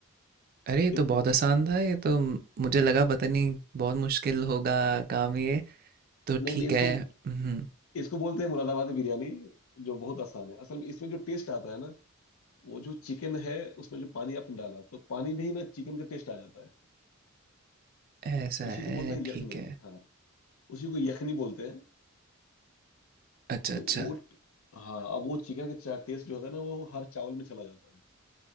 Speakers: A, on the right; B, on the left.
A: अरे ये
B: <laughs>
A: तो बहुत आसान था ये तो म- मुझे लगा पता नहीं बहुत मुश्किल होगा काम ये तो
B: नहीं
A: ठीक
B: नहीं इसको
A: है हम्म
B: इसको बोलते हैं मुरादाबादी बिरयानी जो बहुत आसान है असल में इसमें जो टेस्ट आता है ना वो जो चिकन है उसमें जो पानी आपने डाला तो पानी में ही ना चिकन का टेस्ट आ जाता है
A: ऐसा है
B: उसी को बोलते हैं
A: ठीक
B: यखनी
A: है
B: हाँ उसी को यखनी बोलते हैं
A: अच्छा
B: तो
A: अच्छा
B: वो हाँ अब वो चिकन का टेस्ट जो होता है ना वो हर चावल में चला जाता है